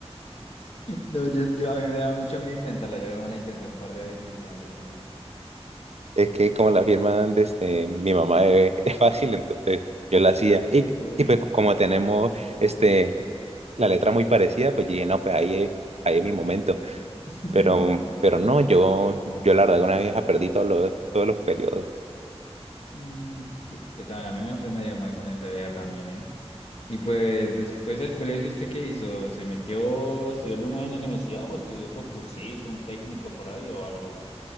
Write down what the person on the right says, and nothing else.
Es que como la firma de este, mi mamá es, es fácil, entonces pues, yo la hacía. Y,
y pues como
tenemos este, la letra muy parecida, pues yo dije, no, pues ahí es, ahí es mi momento.
Pero, pero no, yo, yo la verdad una vieja perdí todos los, todos los periodos.